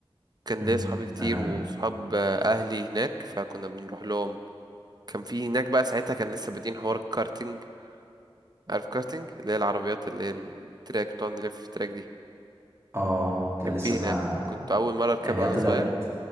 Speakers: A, on the right; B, on the right.
A: كان
B: امم
A: ليا صحابي كتير
B: انا
A: وصحاب آه، اهلي هناك فكنا بنروح لهم كان في هناك بقى ساعتها كان لسه بادئين حوار الكارتينج عارف كارتينج اللي هي العربيات اللي هي التراك بتقعد نلف في التراك دي
B: اه كان
A: كان
B: لسه
A: في
B: ما
A: هناك كنت اول مره اركبها
B: يعني هي
A: وانا
B: طلعت
A: صغير